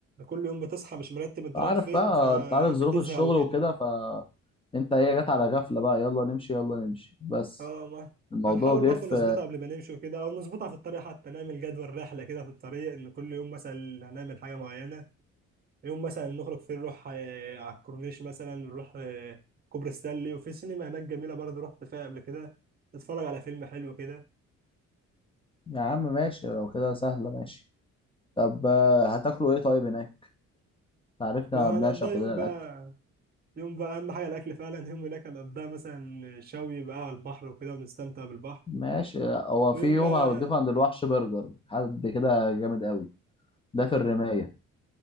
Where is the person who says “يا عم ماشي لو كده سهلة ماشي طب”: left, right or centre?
Left